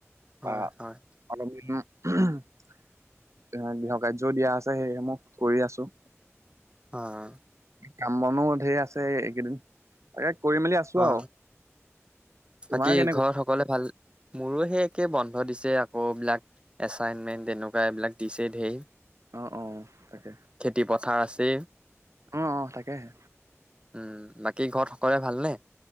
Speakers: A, on the right; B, on the right.
A: হয়,
B: বা
A: হয়।
B: <unintelligible> এ গৃহ কাৰ্যও দিয়া আছে, সেইসমূহ কৰি আছো।
A: অ'।
B: কাম বনো ঢেৰ আছে এইকেইদিন। আৰে কৰি মেলি আছো
A: অ
B: আৰু,
A: বাকী
B: তোমাৰ কেনেকু
A: ঘৰত সকলোৱে ভাল মোৰো সেই একে বন্ধ দিছে আকৌ, এইবিলাক এচাইনমেণ্ট তেনেকুৱা এইবিলাক দিছে ঢেৰ।
B: অ', অ', তাকে।
A: খেতি পথাৰ আছেই
B: অ', অ', তাকেহে।
A: উম, বাকী ঘৰত সকলোৱে ভালনে?